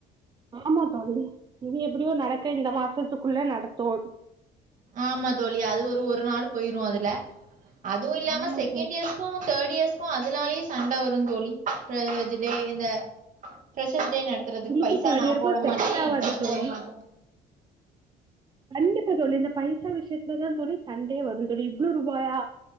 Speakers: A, on the right; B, on the right.
A: ஆமா தோழி இனி எப்டியு நடக்க இந்த மாசத்துக்குள்ள நடத்தோ
B: ஆமாத்தோழி அது ஒரு ஒரு நாள் போயிரு அதுல அதுவு இல்லாம
A: ஆமா
B: செகண்ட்
A: தோ
B: இயர்ஷ் க்கு தேட் இயர்ஸ்க்கு அதுனாலயே சண்ட வருந்தோழி இது ப்ரேஜ் டே இந்த ஃப்ரெஷஸ் டே நடத்துறதுக்
A: உங்களுக்கு
B: பைசா
A: தேர்ட்
B: நா
A: இயருக்கு
B: போட
A: செட்
B: மாட்டே
A: ஆவாது
B: நீ
A: தோழி
B: போட மாட்ட
A: கண்டிப்பா தோழி இந்த பைசா விஷ்யத்லதா தோழி சண்டயே வருந்தோழி இவ்ளோ ரூபாயா